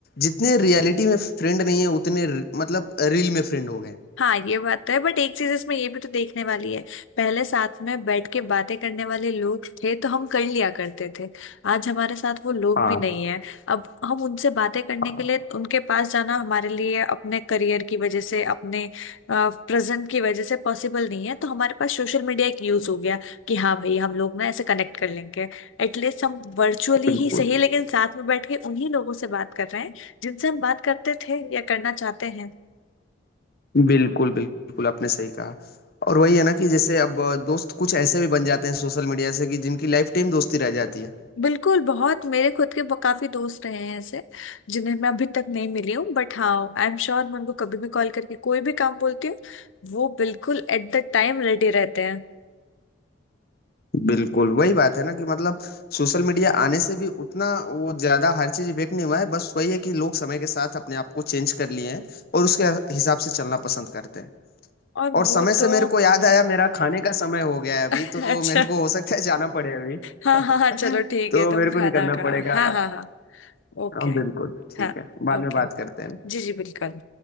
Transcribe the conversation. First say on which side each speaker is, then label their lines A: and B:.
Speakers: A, on the left; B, on the left.
A: जितने रियलिटी में फ्रेंड नहीं है उतने रि- मतलब रील में फ्रेंड हो गए
B: हाँ ये बात तो है बट एक चीज इसमें ये भी तो देखने वाली है पहले साथ में बैठ के बातें करने वाले लोग थे तो हम कर लिया करते थे आज हमारे साथ वो लोग
A: हाँ
B: भी नहीं है अब हम उनसे बातें करने
A: हाँ
B: के लिए उनके पास जाना हमारे लिए अपने करियर की वजह से अपने प्रेजेंट की वजह से पॉसिबल नहीं है तो हमारे पास सोशल मीडिया एक यूज हो गया कि हाँ भाई हम लोग ना ऐसे कनेक्ट कर लेंगे एटलीस्ट हम वर्चुअली
A: बिल्कुल
B: ही सही लेकिन साथ में बैठ के उन्हीं लोगों से बात कर रहे हैं जिनसे हम बात करते थे या करना चाहते हैं
A: बिल्कुल बिल्कुल आपने सही कहा और वही है ना कि जैसे अब दोस्त कुछ ऐसे भी बन जाते हैं सोशल मीडिया से कि जिनकी लाइफ टाइम दोस्ती रह जाती है
B: बिल्कुल बहुत मेरे खुद के ब- काफी दोस्त रहे हैं ऐसे जिन्हें मैं अभी तक नहीं मिली हूँ बट हाँ आई एम श्योर मैं उनको कभी भी कॉल करके कोई भी काम बोलती हूँ वो बिल्कुल एट द टाइम रेडी रहते हैं
A: बिल्कुल वही बात है ना कि मतलब सोशल मीडिया आने से भी उतना वो ज्यादा हर चीज इफेक्ट नहीं हुआ है बस वही है कि लोग समय के साथ अपने आप को चेंज कर लिए हैं और उसके हिसाब से चलना पसंद करते हैं
B: और
A: और
B: वो
A: समय से
B: तो
A: मेरे को याद आया मेरा खाने का समय हो गया है अभी
B: <laughs>
A: तो
B: अच्छा
A: मेरे को हो सकता है जाना पड़े अभी
B: हाँ
A: <laughs>
B: हाँ हाँ चलो ठीक
A: तो
B: है तुम
A: मेरे
B: खाना
A: को निकलना
B: खा
A: पड़ेगा
B: हाँ हाँ हाँ ओके
A: हाँ, बिल्कुल ठीक
B: हाँ
A: है बाद
B: ओके
A: में बात करते हैं
B: जी जी बिल्कुल